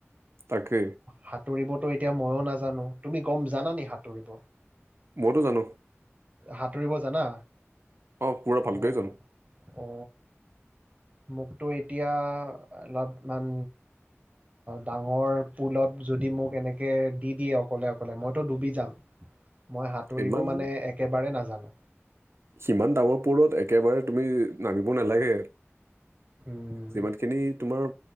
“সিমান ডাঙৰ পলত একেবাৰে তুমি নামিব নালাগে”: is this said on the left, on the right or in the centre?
Right